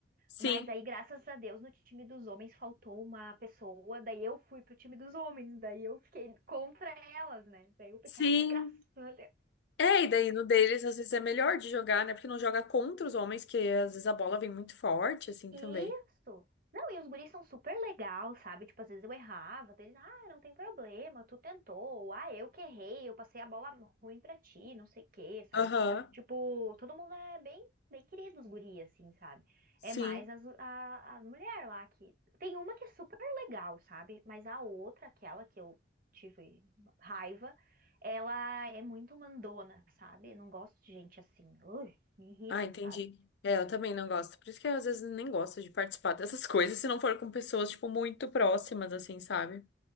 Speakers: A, on the left; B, on the right.
A: Sim.
B: Mas aí, graças a Deus, no time dos homens faltou uma pessoa, daí eu fui pro time dos homens, daí eu fiquei contra elas, né? Daí eu pensei,
A: Sim.
B: ai, graças a Deus.
A: É, e daí no deles às vezes é melhor de jogar, né? Porque não joga contra os homens, que às vezes a bola vem muito forte, assim
B: Isso.
A: também.
B: Não, e os guris são super legal, sabe? Tipo, às vezes eu errava, deles, ah, não tem problema, tu tentou, ou, ah, eu que errei, eu passei a bola ruim pra ti, não sei o quê, sabe?
A: Aham.
B: Tipo, todo mundo é bem, bem querido, os guris, assim, sabe?
A: Sim.
B: É mais as, a- as mulheres lá que. Tem uma que é super legal, sabe? Mas a outra, aquela que eu tive raiva, ela é muito mandona, sabe? Eu Não gosto de gente assim. Ui, me irrita,
A: Ah, entendi.
B: sabe?
A: É, eu também não gosto. Por isso que eu às vezes nem gosto de participar <laughs> dessas coisas, se não for com pessoas, tipo, muito próximas, assim, sabe?